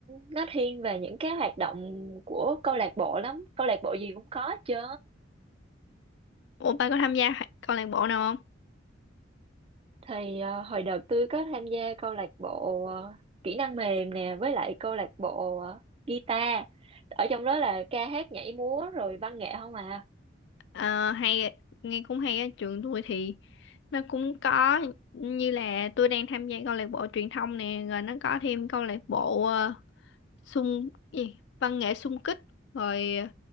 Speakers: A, on the right; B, on the left.
A: nó thiên về những cái hoạt động của câu lạc bộ lắm câu lạc bộ gì cũng có chứ
B: ủa ba có tham gia hoạt- câu lạc bộ nào không
A: thì ờ, hồi đợt tôi có tham gia câu lạc bộ ờ, kỹ năng mềm nè với lại câu lạc bộ ờ, guitar ở trong đó là ca hát nhảy múa rồi văn nghệ không à
B: Ờ, hay nghe cũng hay á trường tôi thì nó cũng có như là tôi đang tham gia câu lạc bộ truyền thông nè rồi nó có thêm câu lạc bộ ờ, xung gì văn nghệ xung kích rồi ờ,